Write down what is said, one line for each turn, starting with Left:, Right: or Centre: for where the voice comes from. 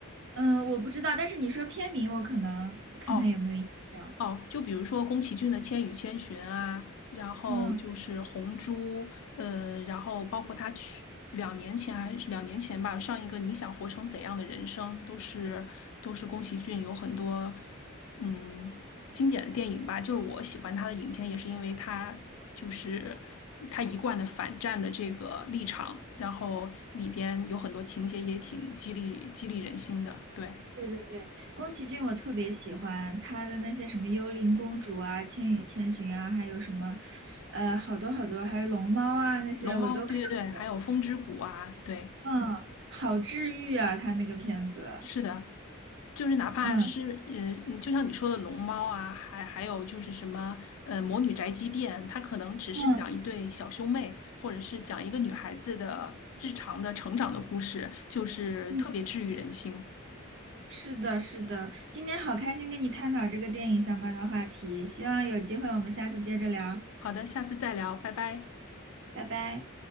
Right: 嗯，我不知道，但是你说片名，我可能看看有没有印象。
Left: 哦，哦，就比如说宫崎骏的《千与千寻》啊，然后就是《红猪》，
Right: 嗯。
Left: 呃，然后包括他去两年前还是两年前吧，上一个《你想活成怎样的人生》，都是都是宫崎骏有很多嗯经典的电影吧。就是我喜欢他的影片，也是因为他就是他一贯的反战的这个立场，然后里边有很多情节也挺激励激励人心的。对，
Right: 对对对，宫崎骏我特别喜欢他的那些什么《幽灵公主》啊，《千与千寻》啊，还有什么，呃，好多好多，还有《龙猫》啊，那些我都看过。
Left: 《龙猫》，对对对，还有《风之谷》啊，对。
Right: 嗯，好治愈啊，他那个片子。
Left: 是的，就是哪怕是呃，
Right: 嗯
Left: 嗯就像你说的龙猫啊，还还有就是什么呃，魔女宅急便，它可能只是讲一对小兄妹，
Right: 嗯
Left: 或者是讲一个女孩子的日常的成长的故事，就是特别治愈人心。
Right: 嗯，是的，是的。今天好开心跟你探讨这个电影相关的话题，希望有机会我们下次接着聊，
Left: 好的，下次再聊，拜拜。
Right: 拜拜。